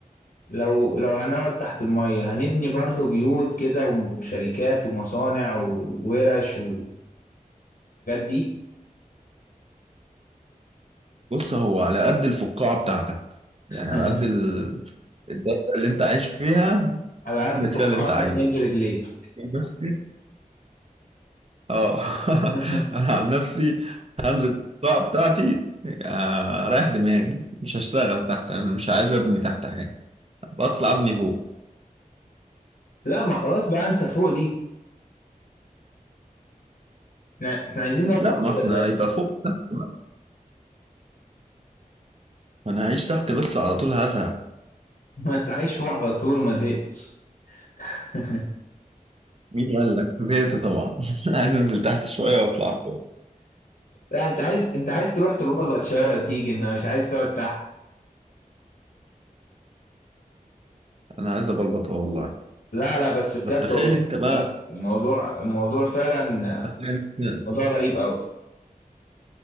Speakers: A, on the left; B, on the right.
A: لو لو هنقعد تحت المية هنبني برضو بيوت كده وشركات ومصانع وورش والحاجات دي
B: بص هو على قد الفقاعه بتاعتك يعني
A: <laughs>
B: على قد ال- الدايره اللي انت عايش فيها
A: على قد
B: المثال
A: فقاعتك
B: اللي انت عايزه
A: نجي رجليك
B: بس اه <laughs>
A: <laughs>
B: انا عن نفسي هنزل القاعه بتاعتي آه، اريح دماغي مش هشتغل تحت انا مش عايز ابني تحت حاجه بطلع ابني فوق
A: لا ما خلاص بقى انسى فوق دي احنا إحنا عايزين نسطق
B: لا ما
A: كده
B: احنا
A: يا باشا
B: يبقى
A: <laughs>
B: فوق تحت بقى. ما انا هعيش تحت بس على طول هزهق
A: ما انت عايش فوق على طول وما زهقتش <laughs>
B: مين قال لك زهقت طبعا <laughs> عايز انزل تحت شويه واطلع فوق
A: لا انت عايز انت عايز تروح تبلبط شويه وتيجي انه مش عايز تقعد تحت
B: انا عايز ابلبط اه والله
A: لا لا بس بجد
B: طب تخيل
A: والله
B: انت بقى
A: آه، الموضوع الموضوع فعلا
B: تخيل
A: آه،
B: انت
A: موضوع غريب قوي